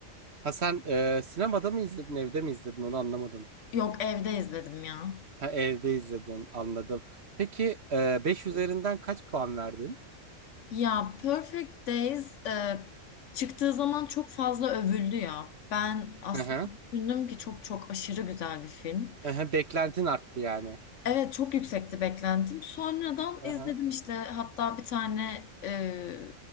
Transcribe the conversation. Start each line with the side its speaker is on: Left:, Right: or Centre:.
Right: Ha sen e, sinemada mı izledin, evde mi izledin onu anlamadım.
Left: Yok evde izledim ya.
Right: Ha, evde izledin anladım. Peki e, 5 üzerinden kaç puan verdin?
Left: Ya Perfect Days e, çıktığı zaman çok fazla övüldü ya. Ben aslında
Right: Hı hı.
Left: düşündüm ki çok çok aşırı güzel bir film.
Right: Hı hı, Beklentin arttı yani.
Left: Evet çok yüksekti beklentim. Sonradan
Right: Hı
Left: izledim
Right: hı.
Left: işte hatta bir tane e,